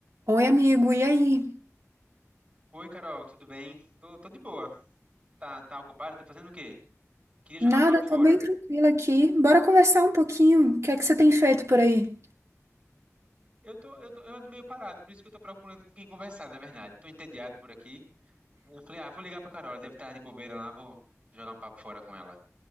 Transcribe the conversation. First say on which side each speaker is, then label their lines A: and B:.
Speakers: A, on the right; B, on the right.
A: Oi, amigo, e aí?
B: Oi, Carol, tudo bem? Tô, tô de boa. Tá, tá ocupado? Tá fazendo o quê? Queria
A: Nada,
B: jogar um papo fora.
A: tô bem tranquila aqui. Bora conversar um pouquinho. O que é que você tem feito por aí?
B: Eu tô, eu tô, eu ando meio parado, por isso que eu tô procurando com quem conversar, na verdade. Tô entediado por aqui. Aí Eu falei, ah, vou ligar pra Carol, ela deve estar de bobeira lá, vou jogar um papo fora com ela.